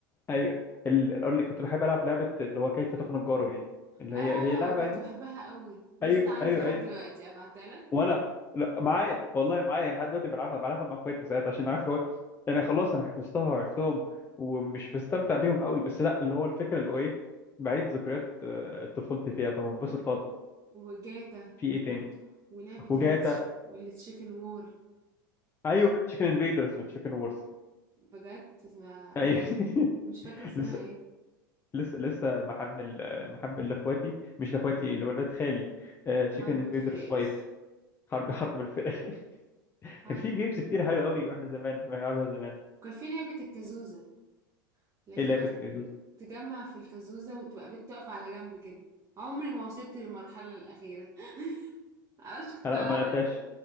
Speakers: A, on the left; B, on the right.
A: ايوه ال- اقول لك كنت بحب العب لعبه اللي هو كيف تخنق جارك دي اللي
B: اه
A: هي هي لعبه
B: كنت
A: دي
B: بحبها قوي لسه
A: ايوه
B: عندي
A: ايوه
B: لحد
A: ايوه
B: دلوقتي ابعتها لك
A: وانا لا معايا والله معايا لحد دلوقتي بلعبها بلعبها مع اخواتي ساعات عشان عارف اللي هو إيه، يعني خلاص انا حفظتها وعرفتهم ومش بستمتع بيهم قوي بس لا اللي هو الفكره اللي هو ايه بعيد ذكريات آه، طفولتي فيها فبنبسط خالص
B: وجاتا
A: في ايه تاني
B: ولعبه
A: وجاتا
B: الليتش والتشيكن وور
A: ايوه تشيكن انفيدرز من تشيكن وورز
B: بجد اسمها انا
A: ايوه <laughs>
B: مش فاكره اسمها
A: لسه
B: ايه
A: لسه لسه محمل محمل لاخواتي مش لاخواتي لولاد خالي
B: حرب
A: تشيكن انفيدرز
B: الفراخ
A: 5 حرب حرب الفراخ <laughs>
B: حرب
A: كان في جيمز
B: الفراخ
A: كتير حلوه قوي واحنا زمان بنلعبها زمان
B: كان في لعبه الكازوزه اللي
A: ايه
B: تفضل
A: لعبه كيزوز
B: تجمع في الكازوزه وتبقى بت تقف على جنب كده عمري ما وصلت للمرحله الاخيره <laughs> معرفش كنت
A: آه، لا
B: بلعبها
A: ما لعبتهاش
B: ليه